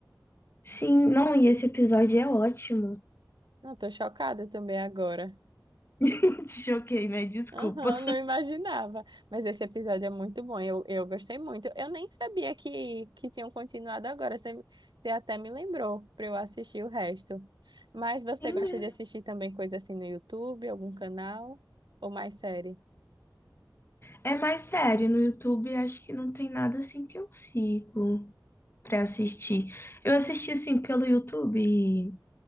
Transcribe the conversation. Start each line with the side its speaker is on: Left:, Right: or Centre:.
Left: Sim, não, e esse episódio é ótimo.
Right: Não, tô chocada também agora.
Left: <laughs> Te choquei, né? Desculpa.
Right: Aham, não imaginava. Mas esse episódio é muito bom, eu, eu gostei muito. Eu nem sabia que, que tinham continuado agora, você, você até me lembrou para eu assistir o resto. Mas você
Left: Sim,
Right: gosta
Left: é
Right: de assistir também coisa assim no YouTube, algum canal? Ou mais série?
Left: é mais sério, no YouTube acho que não tem nada assim que eu sigo pra assistir. Eu assisti assim pelo YouTube